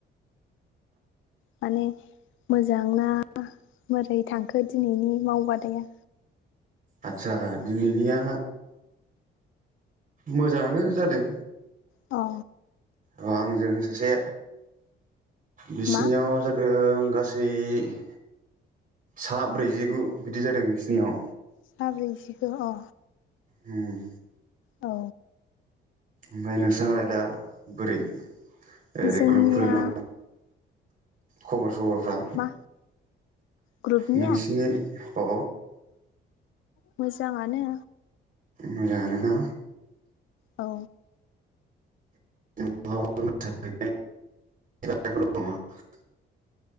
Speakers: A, on the left (about 80°); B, on the right (about 45°).
A: माने मोजां ना मोरै थांखो दिनैनि मावबादाया
B: आदसा दिनैनिया मोजाङानो जादों
A: औ
B: अ आंजों सासे बिसिनियाव
A: मा
B: जादों गासै बै सा ब्रैजिगु बिदि जादों बिसिनियाव
A: सा ब्रैजिखौ अ
B: ओम
A: औ
B: ओमफ्राय नोंस्रालाय दा बोरै ओरै
A: जोंनिया
B: ग्रुपफोरना खबर सबर फ्रा
A: मा ग्रुपनिया
B: नोंसिनि अ
A: मोजांआनो
B: मोजांआनोना
A: औ
B: <unintelligible>